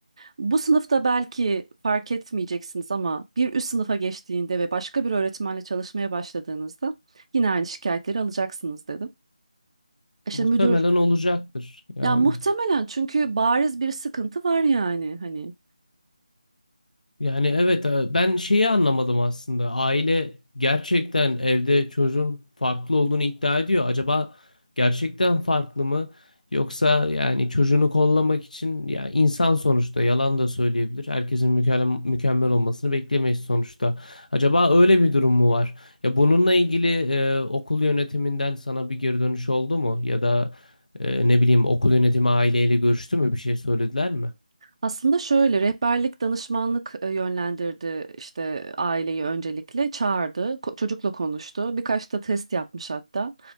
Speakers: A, on the right; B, on the left.
A: bu sınıfta belki fark etmeyeceksiniz ama bir üst sınıfa geçtiğinde ve başka bir öğretmenle çalışmaya başladığınızda yine aynı şikayetleri alacaksınız dedim. E İşte
B: Muhtemelen
A: müdür
B: olacaktır yani.
A: ya muhtemelen çünkü bariz bir sıkıntı var yani hani.
B: Yani evet e, ben şeyi anlamadım aslında. Aile gerçekten evde çocuğun farklı olduğunu iddia ediyor. Acaba gerçekten farklı mı? Yoksa yani çocuğunu kollamak için ya insan sonuçta yalan da söyleyebilir. Herkesin mükemmel, mükemmel olmasını beklemeyiz sonuçta. Acaba öyle bir durum mu var? Ya bununla ilgili e, okul yönetiminden sana bir geri dönüş oldu mu? Ya da e, ne bileyim okul yönetimi aileyle görüştü mü? Bir şey söylediler mi?
A: Aslında şöyle rehberlik danışmanlık e, yönlendirdi işte aileyi öncelikle çağırdı ko- çocukla konuştu birkaç da test yapmış hatta